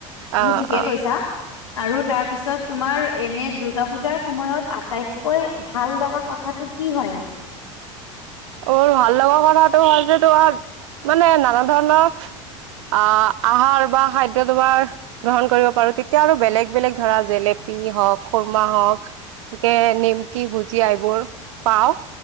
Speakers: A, on the left; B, on the right.
A: তুমি
B: অ
A: ঠিকে
B: অ
A: কৈছা। আৰু তাৰ পিছত তোমাৰ এনে দূৰ্গা পূজাৰ সময়ত আটাইতকৈ ভাল লগা কথাটো কি হয়নো?
B: মোৰ ভাল লগা কথাটো হ'ল যে তোমাৰ মানে নানা ধৰণৰ আহ আহাৰ বা খাদ্য তোমাৰ গ্ৰহণ কৰিব পাৰো তেতিয়া আৰু বেলেগ বেলেগ ধৰা জেলেপি হওক খুৰমা হওক একে নিমকি ভুজিয়া এইবোৰ পাওঁ